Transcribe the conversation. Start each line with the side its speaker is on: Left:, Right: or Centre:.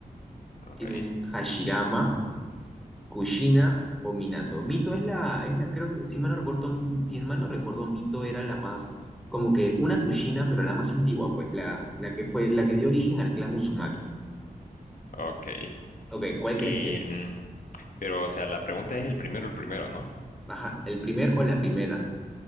Left: Ok,
Centre: tienes Hashirama, Kushina o Minato. Mito es la, es la, creo que, si mal no recuerdo, si mal no recuerdo, Mito era la más, como que una Kushina, pero la más antigua, pues, la, la que fue, la que dio origen al clan Uzumaki.
Left: ok.
Centre: Ok, ¿cuál
Left: Y,
Centre: crees que es?
Left: mm, pero, o sea, la pregunta es el primero, el primero, ¿no?
Centre: Ajá, ¿el primer o la primera?